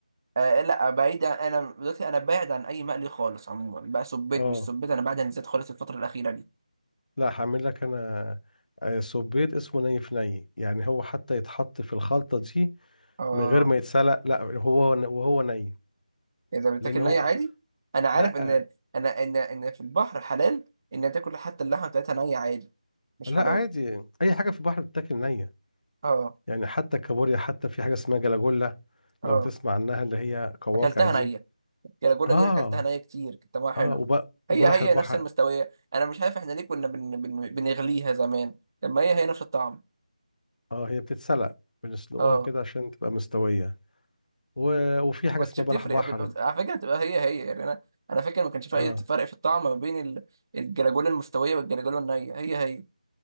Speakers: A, on the right; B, on the left.
A: آه لا بعيد عن- انا دلوقتي انا بعيد عن اي مقلي خالص عموما بقى سبيت
B: اه
A: مش سبيت انا بعد عن الزيت خالص الفتره الاخيره دي
B: لا هعمل لك انا آه، سوبيت اسمه ني في ني يعني هو حتى يتحط في الخلطة دي
A: اه
B: من غير ما يتسلق لا هو وهو ني
A: اذا بتاكل
B: لان هو
A: ني عادي انا عارف
B: لا
A: ان انا ان ان في البحر حلال ان تاكل حتى اللحمه بتاعتها نيه عادي مش
B: لا
A: حرام
B: عادي اي حاجة في البحر بتاكل نية
A: اه
B: يعني حتى الكابوريا حتى في حاجة اسمها جلاجولا لو
A: اه
B: تسمع عنها اللي هي قواقع
A: اكلتها
B: دي
A: نيه الجلاجولا
B: اه
A: دي انا اكلتها نيه كتير كانت طعمها حلو
B: اه وب... وبلح
A: هي هي
B: البحر
A: نفس المستويه انا مش عارف احنا ليه كنا بن بن بنغليها زمان لما هي هي نفس الطعم
B: اه هي بتتسلق بنسلقوها
A: اه
B: كده عشان تبقى مستوية و... وفي حاجة
A: ما
B: اسمها
A: كانتش بتفرق
B: بلح بحر
A: بتبقى- على فكره بتبقى هي هي يعني انا انا فاكر ما كانش في
B: اه
A: اي فرق في الطعم ما بين ال- الجلاجولا المستويه والجلاجولا النيه هي هي